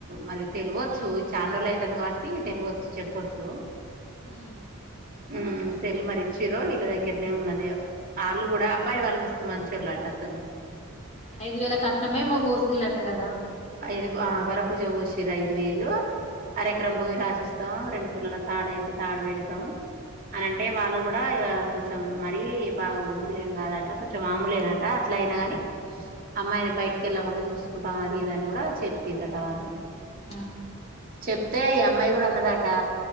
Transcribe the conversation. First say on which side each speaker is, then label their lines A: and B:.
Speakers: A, on the right (about 40°); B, on the left (about 30°).
A: మరి తెలవొచ్చు ఈ చాన్రోజులు అయితాంది కాబట్టి తెలివచ్చు చెప్పొచ్చు
B: ఉమ్
A: ఉమ్ సెల్లు మరి ఇచ్చిర్రో వీళ్ళ దగ్గరనే ఉన్నదో వాళ్ళు కూడా అబ్బాయి వాళ్ళు మస్తు మంచోలటా అసలు
B: ఐదు వేల కట్నమే ఏమో పోసిల్లట కదా
A: ఐదు ఆ వరపూజ పోషిర్రు ఐదు వేలు అర
B: ఆ
A: ఎకరం భూమి రాసిస్ తం రెండు తులాల తాడయితే తాడు పెడతాం అని అంటే వాళ్ళు కూడా ఇగా కొంచెం మరీ బాగ ఉన్నోలేం కాదట కొంచెం మాములేనట అట్లా అయినాగాని అమ్మాయిని బయటికి వెళ్ళకుండ చూసుకుంటాం అ ఇదని కూడా చెప్పిర్రటా వాళ్ళు
B: ఆ
A: చెప్తే ఈ అమ్మాయి కూడ అన్నదటా